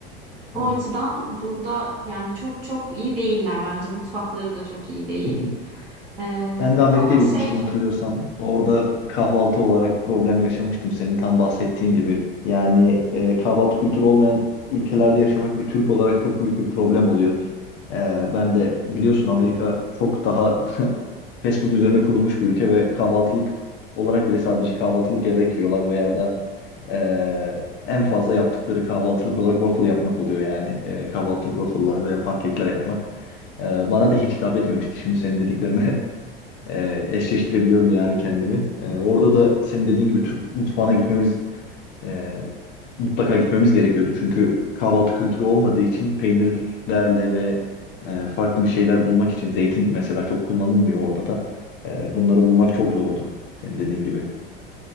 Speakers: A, on the right; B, on the left.
A: O
B: Evet.
A: açıdan burada yani çok çok iyi değiller bence. Mutfakları da çok iyi değil.
B: <laughs>
A: Ee,
B: Ben de Amerika'ya
A: ama şey
B: gitmiştim hatırlıyorsan. Orada kahvaltı olarak problem yaşamıştım senin tam bahsettiğin gibi. Yani e, kahvaltı kültürü olmayan ülkelerde yaşamak bir Türk olarak çok büyük bir problem oluyor. E, ben de biliyorsun Amerika çok daha <laughs> fast food üzerine kurulmuş bir ülke ve kahvaltılık olarak bile sadece kahvaltılık gevrek yiyorlar veya da e, en fazla yaptıkları kahvaltılık olarak waffle yapmak oluyor. Yani e, kahvaltılık waffle'lar veya pankekler yapmak. E, bana da hiç hitap etmemişti. Şimdi senin dediklerine <laughs> e, eşleştirebiliyorum yani kendimi. E, orada da senin dediğin gibi Türk mutfağına gitmemiz e, mutlaka gitmemiz gerekiyordu. Çünkü kahvaltı kültürü olmadığı için peynirlerle ve e, farklı bir şeyler bulmak için zeytin mesela çok kullanılmıyor orada da. E, bunları bulmak çok zordu senin dediğin gibi.